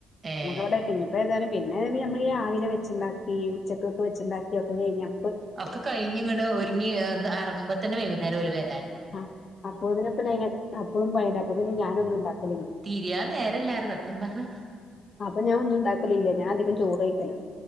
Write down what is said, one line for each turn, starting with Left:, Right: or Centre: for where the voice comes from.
Right: ഏ
Left: മുഴോനായിട്ട് ഇഞിപ്പ ഏതായാലും പിന്നെ ഞമള് രാവിലെ വെച്ചുണ്ടാക്കി ഉച്ചക്കൊക്കെ വെച്ചുണ്ടാക്കി ഒക്കെ കയിഞ്ഞോ
Right: ഒക്കെ കഴിഞ്ഞ് ഇങ്ങട് ഒരുങ്ങി എന്താ എറങ്ങുമ്പ തന്നെ വൈകുന്നേരം ലും ലേ
Left: ആ അപ്പ ഇതിനെപ്പന്നയിനാ അപ്പഴും വൈന്നേരത്തിക്കൊന്നും ഞാനൊന്നും ഇണ്ടാക്കലില്ല
Right: തിരിയാ നേരല്ലാരും സത്യം പറഞ്ഞ
Left: അപ്പൊ ഞാൻ ഒന്നും ഉണ്ടാക്കലില്ല ഞാൻ അധികം ചോർ കൈക്കളാണ്